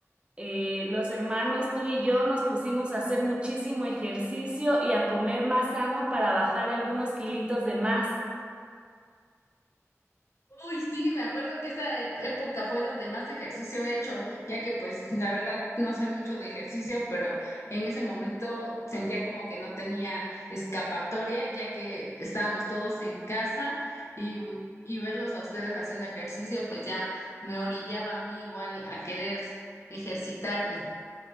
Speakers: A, on the right; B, on the left.
A: eh, los hermanos, tú y yo, nos pusimos a hacer muchísimo ejercicio y a comer más sano para bajar algunos kilitos de más.
B: Uy, sí, me acuerdo que esa e- época fue donde más ejercicio he hecho, ya que pues la verdad no soy mucho de ejercicio, pero en ese momento sentía como que no tenía escapatoria, ya que estábamos todos en casa y, y verlos a ustedes haciendo ejercicio, pues ya me orillaba a mí igual a querer ejercitarme.